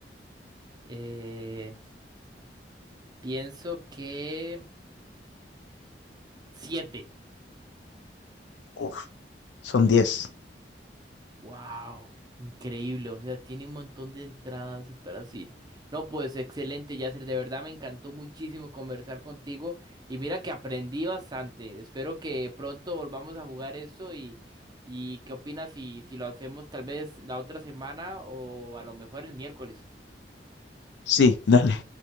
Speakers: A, on the right; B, on the left.
A: Eh, pienso que 7.
B: Uf, son diez.
A: Wow, increíble, o sea, tiene un montón de entradas Brasil. No, pues excelente, Yasser, de verdad me encantó muchísimo conversar contigo y mira que aprendí bastante. Espero que pronto volvamos a jugar esto y, y ¿qué opinas si, si lo hacemos tal vez la otra semana o a lo mejor el miércoles?
B: Sí, dale.